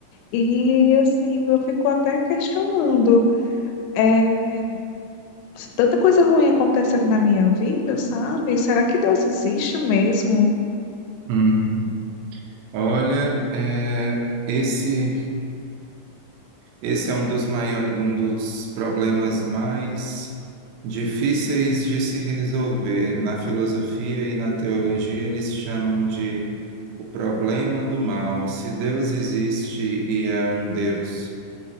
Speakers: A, on the left; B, on the right.
A: E assim, eu fico até questionando. É, tanta coisa ruim acontecendo na minha vida, sabe? Será que Deus existe mesmo?
B: hum. Olha, é, esse. Esse é um dos, maio- um dos problemas mais difíceis de se resolver. Na filosofia e na teologia, eles chamam de o problema do mal. Se Deus existe e é um Deus